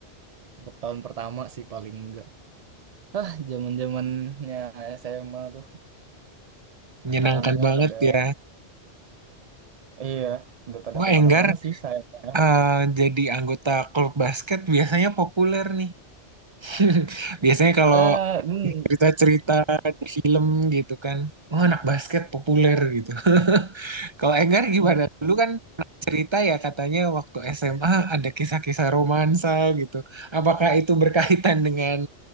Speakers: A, on the right; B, on the right.
A: Untuk tahun pertama sih paling enggak. Ah, zaman-zamannya SMA tuh
B: Menyenangkan
A: anak-anaknya
B: banget
A: pada
B: ya.
A: Iya, udah pada
B: Wah,
A: kemana-mana
B: Enggar
A: sih sayangnya.
B: eh, jadi anggota klub basket biasanya populer nih. <laughs> Biasanya kalau
A: Eh, hmm,
B: cerita-cerita di film gitu kan. Oh, anak basket populer gitu. <laughs> Kalau Enggar gimana?
A: hmm.
B: Dulu kan pernah cerita ya katanya waktu SMA ada kisah-kisah romansa gitu. Apakah itu berkaitan dengan